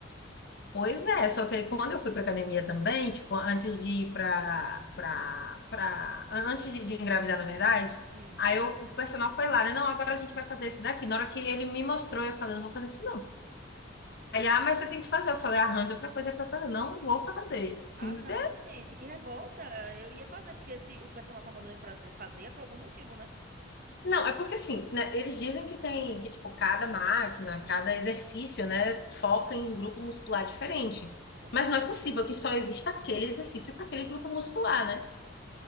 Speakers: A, on the left (about 55°); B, on the right (about 45°).
A: Pois é, só que aí quando eu fui para academia também, tipo, antes de ir para para para antes de, de engravidar, na verdade,
B: Hum.
A: aí eu- o personal foi lá, né? Não, agora a gente vai fazer esse daqui. Na hora que ele me mostrou, eu falei, não vou fazer isso não. Ele, ah, mas você tem que fazer. Eu falei, arranja outra coisa para eu fazer. Não vou fazer.
B: Ah,
A: Não
B: não,
A: deu.
B: gente, que revolta. Eu ia fazer, porque se o personal tá mandando eu fazer, fazer é por algum motivo, né?
A: Não, é porque assim, né, eles dizem que tem que tipo cada máquina, cada exercício, né, foca em um grupo muscular diferente.
B: Exatamente.
A: Mas não é possível que só exista aquele exercício para aquele grupo muscular, né?